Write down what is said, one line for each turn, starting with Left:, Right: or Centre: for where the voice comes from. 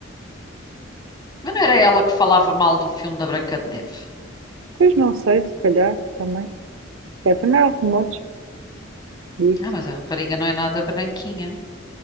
Left: Mas não era ela que falava mal do filme da Branca de Neve.
Right: pois não sei, se calhar também. É, também há rumores disso.
Left: Ah, mas a rapariga não é nada branquinha.